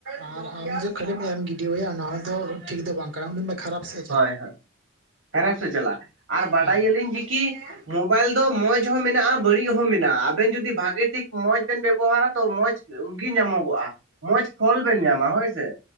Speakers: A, on the right (about 70°); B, on the right (about 85°).
A: ᱟᱨ ᱟᱢ ᱡᱮ ᱠᱷᱟᱹᱞᱤᱢ ᱮᱢ ᱜᱤᱰᱤᱣᱟᱭᱟ ᱚᱱᱟ ᱦᱚᱸ ᱫᱚ ᱴᱷᱤᱠ ᱫᱚ ᱵᱟᱝ ᱠᱟᱱᱟ, ᱩᱱᱤ ᱢᱟ ᱠᱷᱟᱨᱟᱯ ᱥᱮ
B: ᱦᱳᱭ ᱦᱳᱭ, ᱠᱷᱟᱨᱟᱯ ᱥᱮᱫ ᱪᱟᱞᱟᱜᱼᱟ, ᱟᱨ ᱵᱟᱰᱟᱭᱟᱹᱞᱤᱧ
A: ᱦᱮᱸ
B: ᱡᱮ ᱠᱤ ᱢᱚᱵᱟᱭᱤᱞ ᱫᱚ ᱢᱚᱸᱡᱽ ᱦᱚᱸ ᱢᱮᱱᱟᱜᱼᱟ ᱵᱟᱹᱲᱤᱡ ᱦᱚᱸ ᱢᱮᱱᱟᱜᱼᱟ ᱾ ᱟᱵᱮᱱ ᱡᱩᱫᱤ ᱵᱷᱟᱜᱤ ᱴᱷᱤᱠ ᱢᱚᱸᱡᱽ ᱵᱮᱱ ᱵᱮᱵᱚᱦᱟᱨᱟ, ᱛᱚ ᱢᱚᱸᱡᱽ ᱜᱮ ᱧᱟᱢᱚᱜᱚᱜᱼᱟ ᱾ ᱢᱚᱡᱽ ᱯᱷᱚᱞ ᱵᱮᱱ ᱧᱟᱢᱟ ᱦᱳᱭ ᱥᱮ